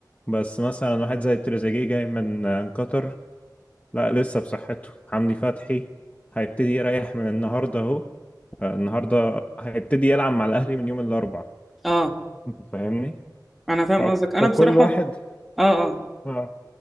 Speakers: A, on the left; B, in the centre.
A: بس مثلا واحد زي تريزيجيه جاي من آه، قطر لا لسه بصحته حمدي فتحي هيبتدي يريح من النهارده اهو آه، النهارده هيبتدي يلعب مع الاهلي من يوم الاربعاء
B: اه
A: انت فاهمني
B: انا فاهم
A: ف...
B: قصدك
A: فكل
B: انا بصراحه
A: واحد
B: اه اه
A: اه